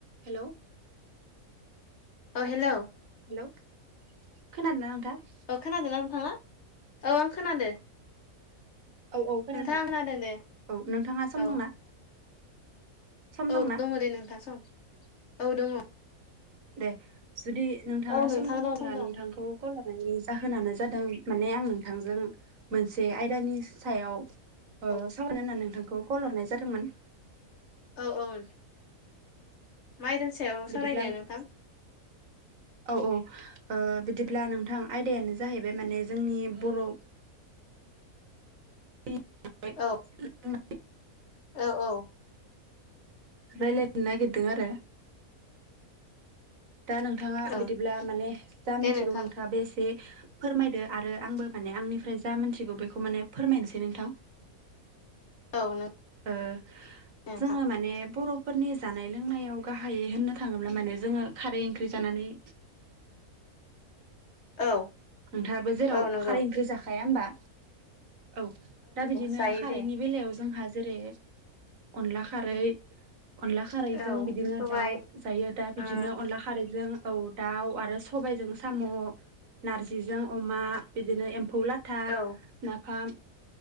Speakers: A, on the right (about 65°); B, on the left (about 55°).
A: Hello
B: ओ hello
A: hello खोनादोंना नोंथां?
B: औ खोनादों ना नोंथाङा? औ आं खोनादो।
A: औ औ खोनादों।
B: नोंथां आं दे
A: औ नोंथाङा सम
B: औ
A: दंना? सम
B: औ
A: दंना
B: दङ दे नोंथां सम औ दङ।
A: दे जुदि नोंथाङा
B: औ नोंथां
A: सम दङब्ला
B: दं
A: नोंथांखौ
B: दं
A: कल हरनायनि जाहोनानो जादों माने आं नोंथांजों मोनसे आयदानि सायाव ओ
B: औ
A: सावरायनो होननानै नोंथांखौ कल हरनाय जादोंमोन।
B: औ औन मा आयदानि सायाव
A: बिदिब्ला
B: सावरायनो नोंथां?
A: औ औ ओ बिदिब्ला नोंथां आयदायानो जाहैबाय माने जोंनि बर' <unintelligible>
B: औ
A: जोंना
B: औ औ
A: रायलायनो नागिरदों आरो दा नोंथाङा
B: ओं
A: बिदिब्ला माने जा
B: दे
A: मिथिगौ
B: नोंथां
A: नोंथाङाबो एसे फोरमायदो आरो आंबो माने आंनिफ्राय जा मोनथिगौ बेखौ माने फोरमायनोसै नोंथां। <inaudible>
B: औ नों
A: ओ
B: नोंथां
A: जोङो माने बर' फोरनि जानाय लोंनायाव गाहायै होननो थाङोब्ला माने जोङो खारै ओंख्रि जानानै
B: औ
A: नोंथाङाबो जेराव
B: औ नंगौ
A: खारै ओंख्रि जाखाया होमबा औ दा बिदिनो
B: जायो
A: खारैनि
B: दे
A: बेलायाव जोंहा जेरै अनला खारै अनला खारैजों
B: औ
A: बिदिनो
B: सबाय
A: दाउ जायो दा बिदिनो
B: ओ
A: अनला खारैजों औ दाउ आरो सबायजों साम' नारजिजों अमा बिदिनो एम्फौ लाथा
B: औ
A: नाफाम